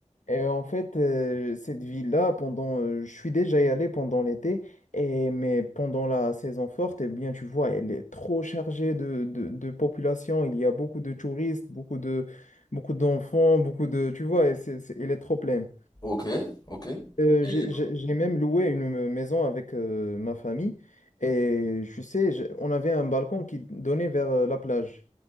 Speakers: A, on the left; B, on the left.
A: Et en fait, euh, cette ville-là, pendant, euh, je suis déjà y allé pendant l'été, et mais pendant la saison forte, eh bien, tu vois, elle est trop chargée de, de, de population. Il y a beaucoup de touristes, beaucoup de, beaucoup d'enfants, beaucoup de, tu vois, et c'est, c'est- elle est trop pleine.
B: ok, ok.
A: Euh,
B: Et-
A: j'ai j'ai- j'ai même loué une me- maison avec euh, ma famille, et je sais, je- on avait un balcon qui donnait vers euh, la plage.